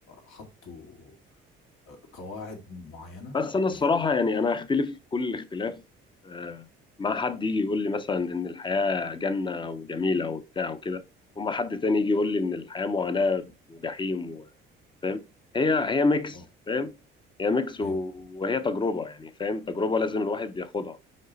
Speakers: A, on the left; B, on the left.
A: حطوا آه، قواعد معينة
B: بس انا الصراحه
A: يعني
B: يعني انا هختلف كل الاختلاف آه، مع حد يجي يقول لي مثلا ان الحياه جنه وجميله وبتاع وكده وما حد تاني يجي يقول لي ان الحياه معاناه وجحيم و- فاهم هي هي ميكس
A: اه
B: فاهم هي ميكس و-
A: ايوه
B: وهي تجربه يعني فاهم تجربه لازم الواحد ياخدها